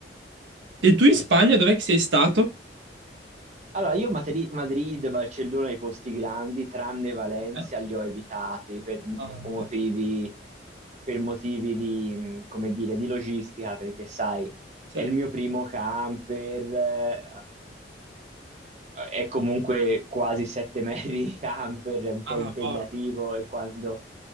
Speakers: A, on the right (about 85°); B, on the right (about 40°).
A: E tu in Spagna dov'è che sei stato?
B: Allora, io Madri- Madrid, Barcellona, i posti grandi, tranne Valencia,
A: Eh?
B: li ho evitati per m-
A: Ah, ok.
B: motivi, per motivi di, mh, come dire, di logistica, perché sai,
A: Sì.
B: è il mio primo camper, eh, eh, è comunque quasi sette <laughs> metri di camper, è un po'
A: Ah,
B: impegnativo
A: wow.
B: e quando